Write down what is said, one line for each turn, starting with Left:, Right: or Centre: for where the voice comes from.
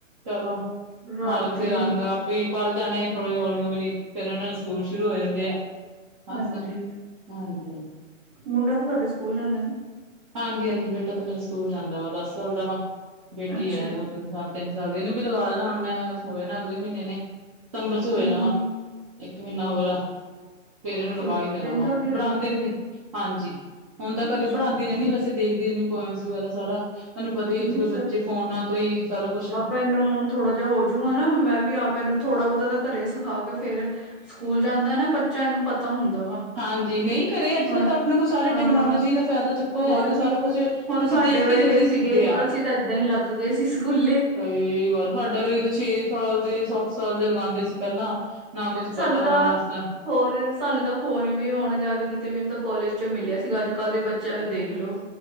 Right: ਚਲੋ।
Centre: ਰਾਤੀ
Right: ਮਾਲਕ ਦੇ
Centre: ਵੀ
Right: ਰੰਗ ਆਪੇ ਪਲ ਜਾਣੇ ਆ
Centre: ਹਾਂਜੀ।
Right: ਥੌੜੇ ਹੌਲੀ -ਹੌਲੀ ਫੇਰ ਇਹਨਾਂ ਦੇ ਸਕੂਲ ਸ਼ੁਰੂ ਹੋ ਜਾਂਦੇ ਆ।
Centre: ਹਾਂਜੀ।
Right: ਬਸ ਹਾਂਜੀ।
Centre: ਮੁੰਡਾ ਤਾਂ ਤੁਹਾਡਾ ਸਕੂਲ ਜਾਂਦਾ ਹੈ ਨਾ।
Right: ਹਾਂਜੀ -ਹਾਂਜੀ ਬੇਟਾ ਤਾਂ ਮੇਰਾ ਸਕੂਲ ਜਾਂਦਾ ਵਾ ਦਸ ਸਾਲ ਦਾ ਵਾ ਬੇਟੀ
Centre: ਅੱਛਾ
Right: ਏ
Centre: ਜੀ
Right: ਦੋ ਤਿੰਨ ਸਾਲ ਦੀ। ਤਿੰਨ ਸਾਲ ਦੀ ਇਹ ਨੂੰ ਵੀ ਲਗਾ ਲੈਣਾ ਮੈਂ ਬਸ ਹੋ ਜਾਣਾ ਅਗਲੇ ਮਹੀਨੇ ਇਹਨੇ। ਸਤੰਬਰ ਚ ਹੋ
Centre: ਹੂੰ
Right: ਜਾਣਾ ਵਾ ਇੱਕ ਮਹੀਨਾ ਹੋਰ ਆ। ਫੇਰ ਇਹਨੂੰ ਲਵਾ
Centre: ਤੇ
Right: ਹੀ ਦੇਣਾ
Centre: ਤਿੰਨ
Right: ਵਾ
Centre: ਸਾਲ ਦੀ ਹੋਜੂਗੀ।
Right: ਪੜਾਉਂਦੀ ਵੀ ਨਹੀਂ। ਹਾਂਜੀ ਹੁਣ ਤਾਂ
Centre: ਅੱਛਾ।
Right: ਘਰੇ ਪੜ੍ਹਾਉਂਦੀ ਰਹਿੰਦੀ ਵੈਸੇ ਦੇਖਦੀ ਰਹਿੰਦੀ ਪੋਇਸ ਵਗੈਰਾ ਸਾਰਾ। ਤੁਹਾਨੂੰ ਪਤਾ ਹੀ
Centre: ਨਹੀਂ
Right: ਅੱਜ ਕੱਲ੍ਹ ਬੱਚੇ ਫੋਨਾਂ ਤੋ ਹੀ ਸਾਰਾ ਕੁਛ।
Centre: ਮੈਨੂੰ। ਥੋੜ੍ਹਾ ਜਿਹਾ ਹੋਜੂ ਗਾ ਨਾ ਮੈਂ ਵੀ ਆਪ ਇਹ ਨੂੰ ਥੋੜ੍ਹਾ ਬਹੁਤਾ ਤਾਂ ਘਰੇ ਸਿਖਾ ਕੇ ਫੇਰ। ਸਕੂਲ ਜਾਂਦਾ ਨਾ ਬੱਚਿਆਂ ਇਨੂੰ ਪਤਾ ਹੁੰਦਾ ਵਾ।
Right: ਹਾਂਜੀ, ਨਹੀਂ ਘਰੇ ਅੱਜ-ਕੱਲ੍ਹ
Centre: ਹੁਣ
Right: ਤਾਂ ਆਪਣੇ ਕੋਲ ਸਾਰੇ
Centre: ਹਾਂ
Right: ਟੈਕਨੋਲੋਜੀ ਦਾ ਫਾਇਦਾ ਚੁੱਕੋ
Centre: ਹੋਰ
Right: ਹੈਗਾ ਸਾਰਾ
Centre: ਕੀ
Right: ਕੁਛ।
Centre: ਹੁਣ
Right: ਬੱਚੇ
Centre: ਸਾਡੇ
Right: ਦੇਖ
Centre: ਵਰਗੇ
Right: ਕੇ ਜਲਦੀ
Centre: ਸੀਗੇ
Right: ਸੀਖ ਦੇ ਆ
Centre: ਅਸੀਂ ਤਾਂ ਏਦਾਂ ਹੀ ਲੱਗ ਗਏ ਸੀ ਸਕੂਲੇ
Right: ਸਹੀ ਗੱਲ ਸਾਡੇ ਵਰਗੀ ਤੇ ਛੇ ਛੇ ਸਾਲ, ਦੇ ਸੱਤ ਸਾਲ ਦੇ ਲਗਾਉਂਦੇ ਸੀ ਪਹਿਲਾਂ। ਨਾ ਕੁਛ
Centre: ਸਨੂੰ
Right: ਪਤਾ
Centre: ਤਾਂ
Right: ਨਾ ਵਾਸਤਾ
Centre: ਹੋਰ ਸਾਨੂੰ ਤਾਂ ਫੋਨ ਵੀ ਹੁਣ ਜਾ ਕੇ ਕਿਤੇ ਮੈਨੂੰ ਤਾਂ ਕੋਾਲਜ ਚ ਮਿਲਿਆ ਸੀਗਾ ਅੱਜ-ਕੱਲ੍ਹ ਦੇ ਬੱਚਿਆਂ ਨੂੰ ਦੇਖ ਲੋੋ।